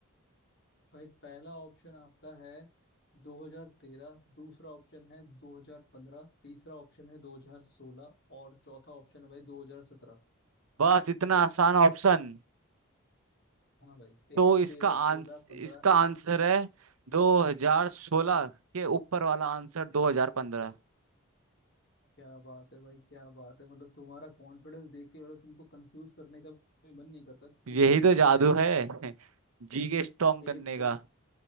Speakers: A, on the left; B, on the right.
A: भाई पहला ऑप्शन आपका है 2013 दूसरा ऑप्शन है 2015 तीसरा ऑप्शन है 2016 और चौथा ऑप्शन है भाई 2017
B: बस इतना आसान ऑप्शन
A: हाँ भाई
B: तो
A: <laughs>
B: इसका
A: तेरह
B: आंस
A: चौदह पंद्रह
B: इसका आंसर है 2016 के ऊपर वाला आंसर 2015
A: क्या बात है भाई क्या बात है मतलब तुम्हारा कॉन्फिडेंस देख के मतलब तुमको कंफ्यूज करने का भी मन नहीं करता
B: यही
A: इन सब
B: तो
A: में
B: जादू है <laughs> जी के स्ट्रॉन्ग करने
A: एकदम
B: का